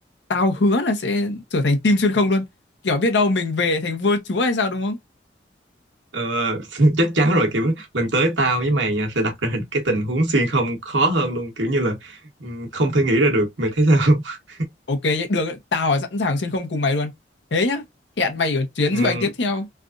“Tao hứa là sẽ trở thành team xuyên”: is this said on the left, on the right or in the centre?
Left